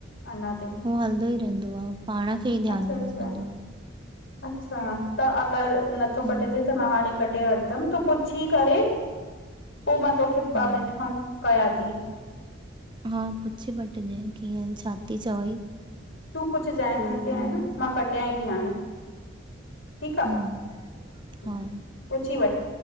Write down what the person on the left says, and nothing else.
अञा ताईं।
अच्छा अच्छा
अच्छा, त अॻर नथो
कटजे त मां हाणे कटेव दम तूं पुछी करे पोइ मां तोखे ॿ
मिंट खां कयां तीं।
तूं पुछजाएइ
घर ते आऐ
न मां कटियांई थी हाणे। ठीक आ।
पुछी
वठ।